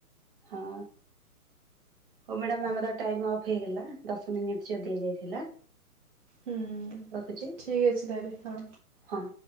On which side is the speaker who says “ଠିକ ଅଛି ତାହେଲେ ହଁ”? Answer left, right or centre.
Right